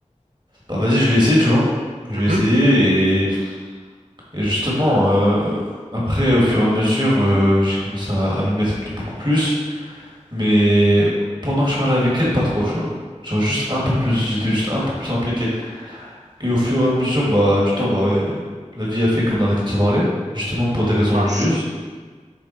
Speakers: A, on the right; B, on the right.
A: bah, vas-y, je vais essayer, tu vois. Je
B: Mhm.
A: vais essayer Et justement, euh, après, au fur et à mesure, euh, j'ai commencé à, à m'y mettre beaucoup plus, mais pendant que je parlais avec elle, pas trop, tu vois. Genre juste un peu plus, j'étais juste un peu plus impliqué. Et au fur et à mesure, bah, du temps, bah, euh, la vie a fait qu'on a arrêté de se parler, justement pour des
B: Ah
A: raisons
B: mince.
A: religieuses.